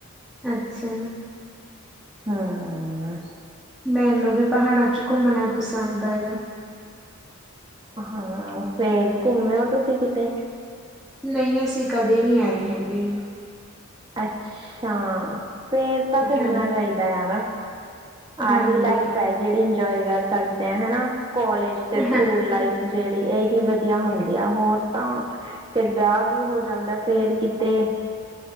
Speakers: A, in the centre; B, on the right.
A: ਅੱਛਾ।
B: ਹਮ।
A: ਮੈਨੂੰ ਵੀ ਪਹਾੜਾਂ ਚ' ਘੁੰਮਣਾ ਪਸਾੰਦ ਹੈਗਾ।
B: ਹਾਂ, ਫੇਰ ਘੁੰਮੇ ਓ ਤੁਸੀਂ ਕਿਤੇ?
A: ਨਹੀਂ ਅਸੀਂ ਕਦੇ ਨਹੀਂ ਆਏ ਹੈਗੇ।
B: ਅੱਛਾ। ਫੇਰ ਤਾਂ ਘੁੰਮਣਾ
A: ਹਾਂਜੀ।
B: ਚਾਹੀਦਾ ਯਾਰਾ। ਆਹੀ
A: ਹਾਂਜੀ,
B: ਲਾਈਫ ਹੈ। ਜਿਹੜੀ ਇੰਜੋਏ ਕਰ ਸਕਦੇ ਆ ਹਨਾ ਕੋਾਲਜ ਤੇ ਸਕੂਲ
A: ਹਾਂਜੀ,
B: ਲਾਈਫ। ਜਿਹੜੀ ਇਹੀ ਵਧੀਆ ਹੁੰਦੀ ਆ ਹੋਰ ਤਾਂ ਫੇਰ ਵਿਆਹ ਵੀ ਹੋ ਜਾਂਦਾ ਫੇਰ ਕਿਤੇ